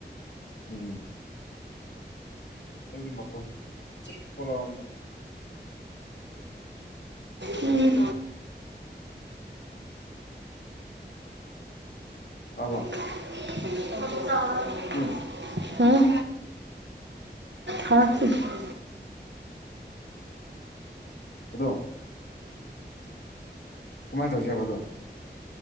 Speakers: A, on the left (about 80°); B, on the right (about 85°).
A: ꯎꯝ ꯑꯩꯗꯤ ꯃꯈꯣꯟ ꯆꯤꯛ ꯐꯥꯎ ꯂꯥꯎꯔꯝꯃꯣꯢ
B: ꯎꯝ
A: ꯇꯥꯕ꯭ꯔꯣ
B: <unintelligible>
A: ꯎꯝ
B: ꯎꯝ ꯍꯥ <unintelligible>
A: ꯑꯗꯣ ꯀꯃꯥꯏ ꯇꯧꯁꯦꯕ ꯑꯗꯣ